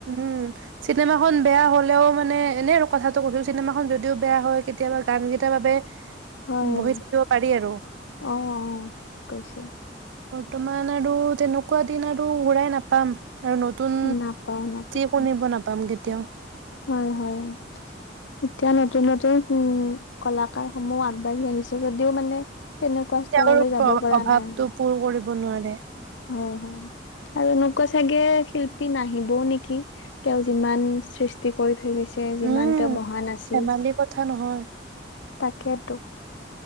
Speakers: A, on the right; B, on the left.
A: উ চিনেমা খন বেয়া হলেও মানে এনে আৰু কথাটো কৈছো চিনেমা খন যদিও বেয়া হয় কেতিয়াবা গান কেইটাৰ বাবে
B: হয়
A: বহি থাকিব পাৰি আৰুৰ
B: অ অ ঠিক কৈছে
A: তোমমান আৰু তেনেকুৱা দিন আৰু ঘুৰাই নাপাম আৰু নতুন
B: নাপাও নাপাও
A: শুিব নাপাম কেতিয়াও
B: হয়, হয় <unintelligible> উম, কলাকাৰ সমূহ আগবাঢ়ি আহিছে যদিও মানে তেনেকুৱা স্তৰলৈ
A: তেওঁৰ
B: যাব
A: প্ৰ-অভাৱটো
B: পৰা নাই
A: পূৰ কৰিব <unintelligible> নোৱাৰে।
B: হয় হয়। আৰু এনেকোৱা চাগে শিল্পী নাহিবওঁ নেকি, তেওঁ যিমান সৃষ্টি কৰি থৈ গৈছে। <unintelligible> যিমান
A: উম
B: তেওঁ মহান আছিল।
A: ধেমালি কথা নহয়
B: তাকেটো।